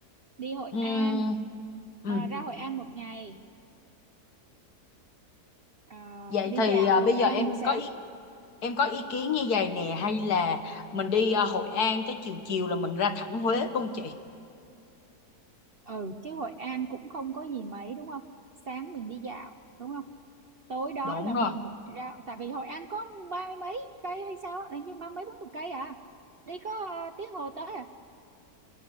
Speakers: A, on the right; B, on the left.
A: đi Hội
B: Ừm,
A: An
B: ừm.
A: à, ra Hội An một ngày à,
B: Vậy
A: đi
B: thì
A: dạo
B: à,
A: Hội
B: bây
A: An
B: giờ em
A: buổi sáng
B: có ý em có ý kiến như vậy nè hay là mình đi à, Hội An tới chiều chiều là mình ra thẳng Huế luôn chị?
A: ừ chứ Hội An cũng không có gì mấy đúng không sáng mình đi dạo đúng không tối đó
B: Đúng
A: là
B: rồi.
A: mình ra tại vì Hội An có ba mươi mấy cây hay sao hình như ba mấy bốn chục cây à đi có ờ, tiếng hồ tới à